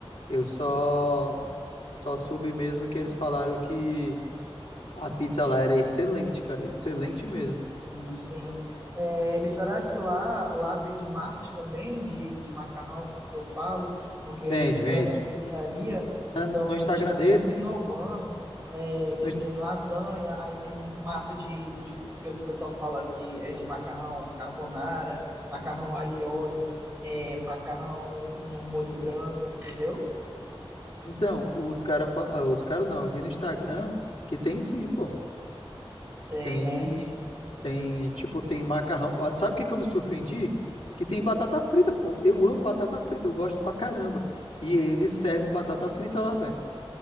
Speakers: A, on the left; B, on the right.
A: Eu só, só soube mesmo que eles falaram que a pizza lá era excelente, cara, excelente mesmo.
B: Hum, Sim. É, e será que lá, lá vende massas também de, de macarrão, que, que eu falo? Porque às
A: Vende,
B: vezes
A: vende.
B: nessas pizzarias,
A: Na-
B: então,
A: No no Instagram
B: eles estão
A: dele,
B: muito inovando, é, que
A: no
B: tem
A: Inst-
B: lasanha, aí tem massa de, de, que o pessoal fala que é de macarrão carbonara, macarrão alho e óleo, é, macarrão no molho branco, entendeu?
A: então, os cara, fa- ah, os cara não, eu vi no Instagram que tem sim, pô.
B: Tem,
A: Tem,
B: né?
A: tem, tipo, tem macarrão. Ó, Sabe o que que eu me surpreendi? Que tem batata frita, pô. Eu amo batata frita, eu gosto pra caramba. E eles servem batata frita lá, velho.